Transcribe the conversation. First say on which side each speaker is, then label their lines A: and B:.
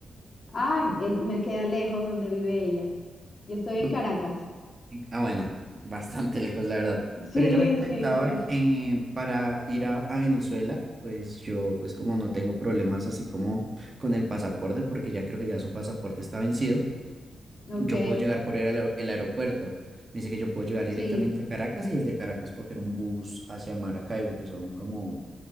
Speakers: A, on the left; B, on the right.
A: Ay, es- me queda lejos donde vive ella. Yo estoy
B: Tú-
A: en Caracas.
B: Ah, bueno, <laughs> bastante lejos, la verdad.
A: <laughs>
B: Pero
A: Sí,
B: ella me comentaba
A: sí, sí.
B: que para ir a, a Venezuela, pues yo, pues como no tengo problemas así como con el pasaporte, porque ya creo que ya su pasaporte está vencido.
A: Ok,
B: yo puedo llegar por el, aer- el aeropuerto. Me dice que yo puedo llegar directamente
A: sí.
B: a Caracas y desde Caracas coger un bus hacia Maracaibo, que son como